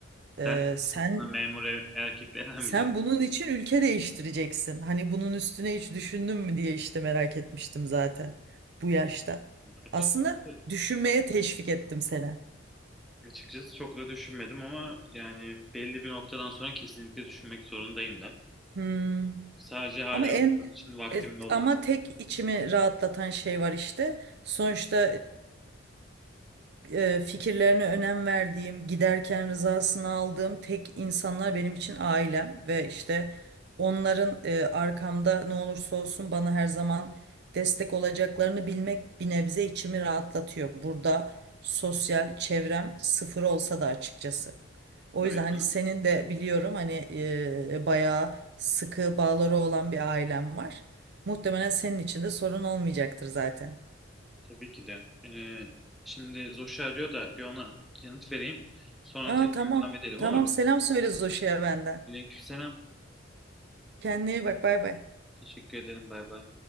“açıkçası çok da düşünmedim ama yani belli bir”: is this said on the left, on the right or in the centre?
Centre